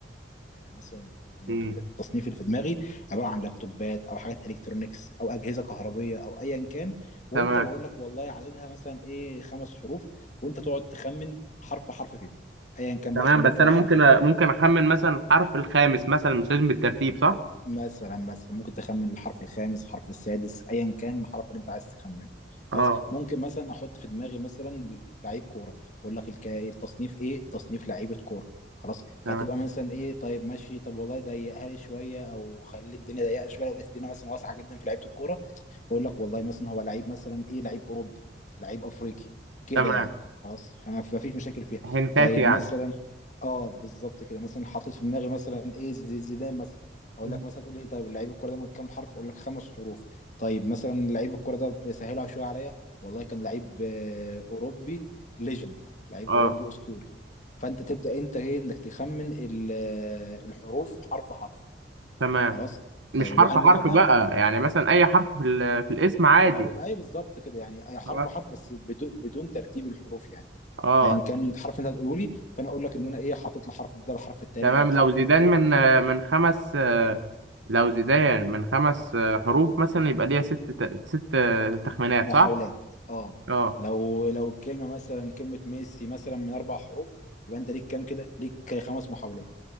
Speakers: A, on the left (about 40°); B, on the right (about 85°).
A: مثلا التصنيف
B: مم.
A: اللي في دماغي عباره عن لابتوبات او حاجات الكترونيكس او اجهزه كهربيه او ايا كان وانت
B: تمام
A: بقول لك والله عددها مثلا ايه خمس حروف وانت تقعد تخمن حرف حرف فيهم ايا كان
B: تمام
A: بقى خمنت
B: بس
A: بقى
B: انا ممكن
A: حرف
B: أ- ممكن اخمن مثلا الحرف الخامس مثلا مش لازم بالترتيب صح
A: مثلا مثلا ممكن تخمن الحرف الخامس حرف السادس ايا كان الحرف اللي انت عايز تخمنه خلاص
B: اه
A: ممكن مثلا احط في دماغي مثلا لعيب كوره واقول لك الك- التصنيف ايه تصنيف لعيبه كوره خلاص فتبقى
B: تمام
A: مثلا ايه طيب ماشي طب والله ضيقها لي شويه او خلي الدنيا ضيقه شويه لو لقيت الدنيا مثلا واسعه جدا في لعيبه الكوره فاقول لك والله مثلا هو لعيب مثلا ايه لعيب اوروبي لعيب افريقي كده
B: تمام
A: يعني خلاص فما ما فيش مشاكل فيها
B: هنتات
A: طيب
B: يعني
A: مثلا اه بالظبط كده مثلا حطيت في دماغي مثلا ايه زي- زيدان مثلا هقول
B: مم.
A: لك مثلا تقول لي إيه، طيب لعيب الكوره ده من كام حرف اقول لك خمس حروف طيب مثلا لعيب الكوره ده بيسهلها شويه عليا والله كان لعيب آه، اوروبي ليجند لعيب
B: اه
A: اوروبي اسطوري فانت تبدا انت ايه انك تخمن ال- آه، الحروف حرف حرف
B: تمام
A: خلاص
B: مش
A: طيب
B: حرف
A: وهنلعبها
B: حرف بقى يعني مثلا اي حرف في, ال- في الاسم عادي
A: ما هو بقى إيه بالظبط كده يعني أي حرف
B: اه
A: حرف بس بدون بدون ترتيب الحروف يعني
B: اه
A: ايا كان الحرف اللي انت هتقوله لي فانا اقول لك ان انا ايه حاطط له حرف ده الحرف التالت
B: تمام
A: ده الحرف
B: لو زيدان
A: الرابع
B: من من خمس لو زيدان من خمس حروف مثلا يبقى ليها ست ت- ست تخمينات
A: محاولات
B: صح
A: اه
B: اه
A: لو لو الكلمه مثلا كلمه ميسي مثلا من اربع حروف يبقى انت ليك كام كده ليك خمس محاولات